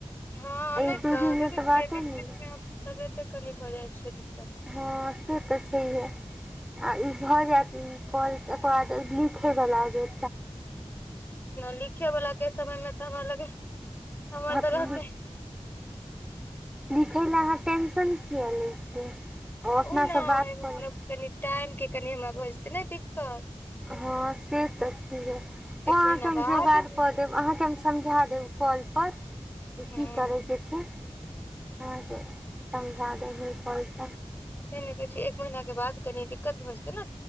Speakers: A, on the left; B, in the centre.
A: हँ
B: एहि
A: नहि
B: दू
A: तऽ
B: दिनमे
A: देखैत
B: बाते
A: छियै बीच
B: नहि
A: बीच मे आब तबेते कनि भऽ जाइ छै दिक्कत
B: हँ से तऽ छै हे ई भऽ जायत ई कॉल एक बाद लिखे वला जे
A: लिखे वला के समय मे तऽ हमरा लग
B: टास्क
A: हमर तऽ रहतै
B: लिखै ल अहाँ टेंशन किया ले छी अपनासँ
A: ओ ने
B: बात
A: मतलब
B: करब।
A: कनि टाइम के कनि हमरा भऽ जेतै ने दिक्कत
B: हँ से तऽ छै।
A: एक
B: ओ अहाँकेँ
A: महीना
B: हम
A: बाद
B: जोगाड़ कऽ देब अहाँकेँ हम समझा देब कॉल पर
A: हँ
B: कि करयके छै अहाँकेँ समझा दही पैस
A: त नहि कहै छै एक महीना के बाद कनि दिक्कत भऽ जेतै न